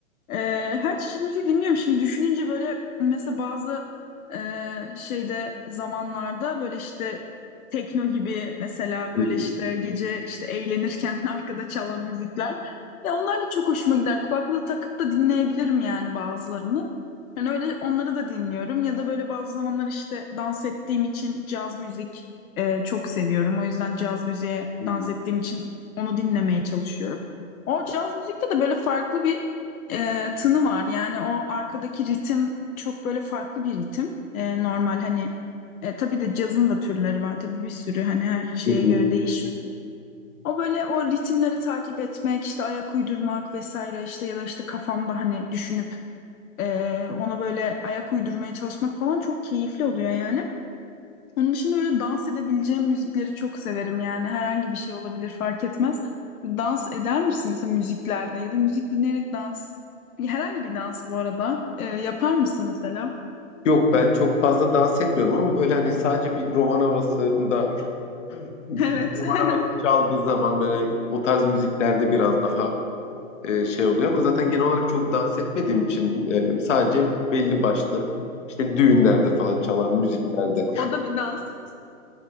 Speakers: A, on the left; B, on the left.
A: Ee, her çeşit müziği dinliyorum. Şimdi düşününce böyle mesela bazı e, şeyde zamanlarda böyle işte tekno gibi mesela
B: Hı
A: böyle işte gece işte eğlenirken <laughs> arkada çalan müzikler. Ya onlar da çok hoşuma gider. Kulaklığı takıp da dinleyebilirim yani bazılarını. Yani öyle onları da dinliyorum ya da böyle bazı zamanlar işte dans ettiğim için caz müzik e, çok seviyorum. O yüzden caz müziğe
B: hı,
A: dans ettiğim için onu dinlemeye çalışıyorum. O caz müzikte de böyle farklı bir e, tını var. Yani o arkadaki ritim çok böyle farklı bir ritim. E, normal hani e, tabii de cazın da türleri var. Tabii bir sürü hani her şeye
B: hı hı.
A: göre değişiyor. O böyle o ritimleri takip etmek, işte ayak uydurmak vesaire işte ya da işte kafamda hani düşünüp ee, ona böyle ayak uydurmaya çalışmak falan çok keyifli oluyor yani. Onun dışında böyle dans edebileceğim müzikleri çok severim yani. Herhangi bir şey olabilir fark etmez. Dans eder misin mesela müziklerde ya da müzik dinleyerek dans? Bir- Herhangi bir dans bu arada. Ee, yapar mısın mesela?
B: Yok ben çok fazla dans etmiyorum ama böyle hani sadece bir roman havasında bir
A: <laughs> Evet.
B: roman
A: <laughs>
B: havası çaldığı zaman böyle o tarz müziklerde biraz daha e, şey oluyor ama zaten genel olarak çok dans etmediğim için e, sadece belli başlı işte düğünlerde falan çalan müziklerde
A: O da bir dans.